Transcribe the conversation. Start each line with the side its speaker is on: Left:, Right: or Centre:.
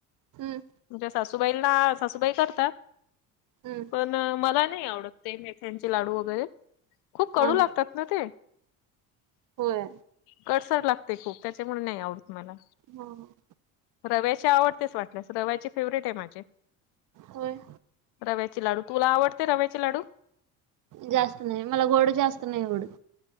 Right: हम्
Left: तुमच्या सासूबाईला सासूबाई करतात.
Right: हम्म
Left: अ मला नाही आवडत ते मेथ्यांचे लाडू वगैरे खूप कडू
Right: हा
Left: लागतात
Right: हा
Left: ना ते.
Right: होय
Left: कडसर लागते खूप त्याच्यामुळे नाही आवडत मला.
Right: हो हो
Left: रव्याचे आवडतेच वाटल्यास रव्याचे फेवरेट आहे माझे.
Right: होय
Left: रव्याचे लाडू. तुला आवडते रव्याचे लाडू?
Right: जास्त नाही मला गोड जास्त नाहीय आवडत.